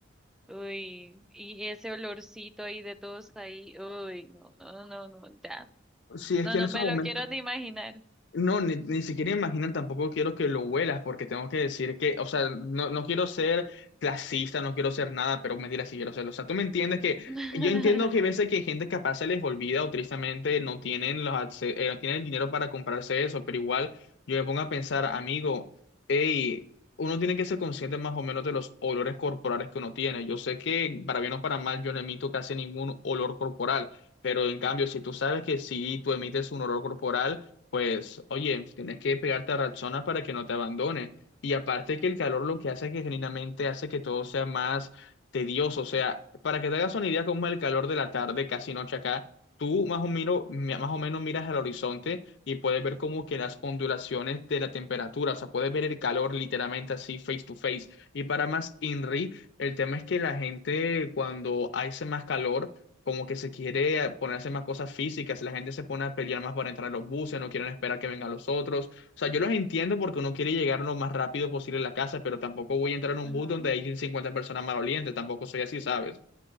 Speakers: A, in the centre; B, on the left.
A: uy, y ese olorcito ahí de todos ahí, uy, no, no, no, no, ya,
B: Sí, es
A: no,
B: que
A: no
B: en esos
A: me
B: momentos
A: lo quiero ni imaginar.
B: No, ni, ni siquiera imaginar, tampoco quiero que lo huelas, porque tengo que decir que, o sea, no, no quiero ser clasista, no quiero ser nada, pero mentira, sí quiero serlo. O sea, tú me entiendes que
A: <laughs>
B: yo entiendo que hay veces que hay gente capaz se les olvida o tristemente no tienen los, acce- eh, no tienen el dinero para comprarse eso, pero igual yo me pongo a pensar, amigo, hey, uno tiene que ser consciente más o menos de los olores corporales que uno tiene. Yo sé que, para bien o para mal, yo no emito casi ningún olor corporal, pero en cambio, si tú sabes que si tú emites un olor corporal, pues, oye, tienes que pegarte a Rexona para que no te abandone. Y aparte que el calor lo que hace es que genuinamente hace que todo sea más tedioso. O sea, para que te hagas una idea cómo es el calor de la tarde, casi noche acá, tú más o menos, mi- más o menos miras al horizonte y puedes ver como que las ondulaciones de la temperatura, o sea, puedes ver el calor literalmente así face to face. Y para más INRI, el tema es que la gente cuando hace más calor como que se quiere ponerse más cosas físicas, la gente se pone a pelear más para entrar a los buses, no quieren esperar que vengan los otros. O sea, yo los entiendo porque uno quiere llegar lo más rápido posible a la casa, pero tampoco voy a entrar en un
A: Ajá.
B: bus donde hay 50 personas malolientes, tampoco soy así, ¿sabes?